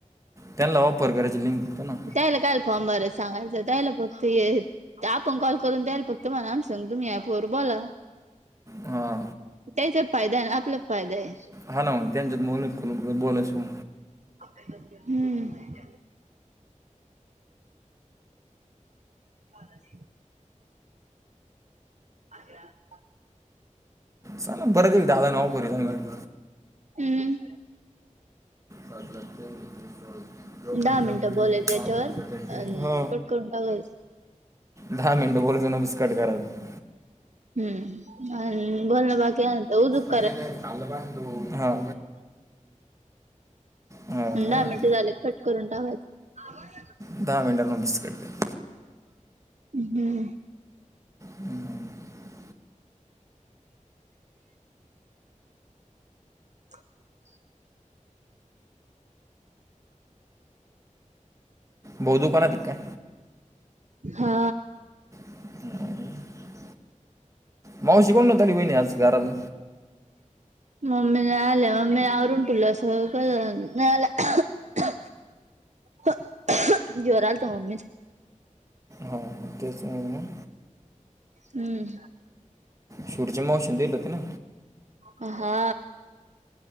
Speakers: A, on the right; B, on the right.
A: त्यानला वापर कराची लिंक त्यांना.
B: त्याला काय फॉर्म भरायच सांगायचं त्याला फक्त हे. ते आपण कॉल करून द्याल फक्त मलाम संग तुम्ही ऍपवर बोला.
A: हा,
B: त्याचा फायदा आपला फायदा हाय.
A: हा ना म त्यांच्यात मोल खोलू बोलायस कोण.
B: हम्म. तानाजी. आज्या. <inaudible>
A: सांला परत एक दादा नाव बरच मि म्ह <inaudible>
B: हम.
A: पातला <unintelligible> जो
B: दहा
A: विद्यती
B: मिनिटं बोलायचं याच्यावर अ
A: <inaudible> ह.
B: कट करून टाकायच.
A: दहा मिनिट बोलयच नमस्काकट करायचा.
B: हम्म आणी बोलण बाकी आलत उदक.
A: अरे रे खाम सांग तू. हा. हां
B: दहा मिनटं झाले कट करून टाकायच.
A: दहा मिनटां मधीच कट केल.
B: ''हं''
A: हं ह. <inaudible>
B: <inaudible>
A: भौतूपणा की काय.
B: हा,
A: ह <inaudible> मावशी कावून नाही आली वहिनी आज. घराण.
B: मम्मी ना आल्यावर मी आवरून तुला सगळं करण नाही आल्या. ह <inaudible> जोराल तो मम्मीच.
A: हो तेच म्हणलं मग.
B: हंम.
A: शूरच्या मावशेन देल होते ना.
B: हा, हा